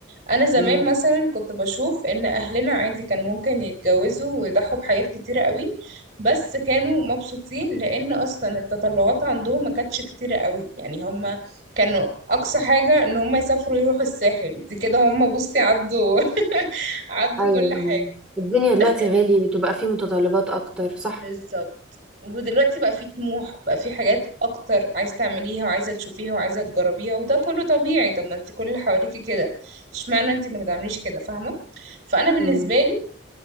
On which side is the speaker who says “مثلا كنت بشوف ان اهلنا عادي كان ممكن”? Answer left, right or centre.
Right